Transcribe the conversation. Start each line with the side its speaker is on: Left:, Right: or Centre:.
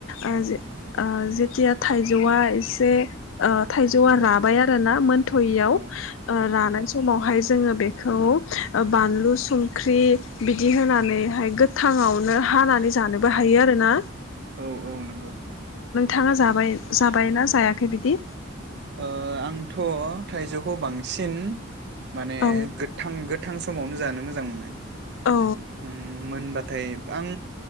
Left: ओ जे ओ जेथिया थाइजौआ एसे ओ थाइजौआ
Right: औ
Left: राबाय आरोना मोनथ'यियाव
Right: औ
Left: रानाय समावहाय जोङो बेखौ ओ बानलु संख्रि बिदि होनानैहाय गोथाङावनो हानानै जानोबो
Right: औ औ
Left: हायो आरो ना?
Right: औ <inaudible>
Left: थाङा जाबाय, जाबायना जायाखै बिदि?
Right: ओ आंथ' थाइजौखौ बांसिन माने
Left: औ
Right: गोथां गोथां समावनो जानो मोजां मोनो।
Left: औ
Right: आं मोनबा थाय आं